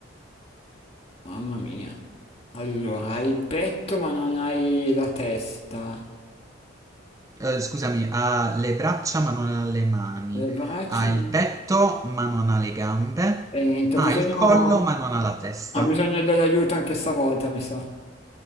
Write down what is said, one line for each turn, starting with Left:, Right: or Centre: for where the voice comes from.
Left: Mamma mia. Allora, hai il petto ma non hai la testa.
Right: eh, scusami, ha le braccia ma non ha le mani,
Left: Le braccia...
Right: ha
Left: ma-
Right: il petto ma non ha le gambe,
Left: E niente,
Right: ha
Left: ho bisogno...
Right: il collo ma non ha la testa.
Left: ho bisogno dell'aiuto anche stavolta, mi sa.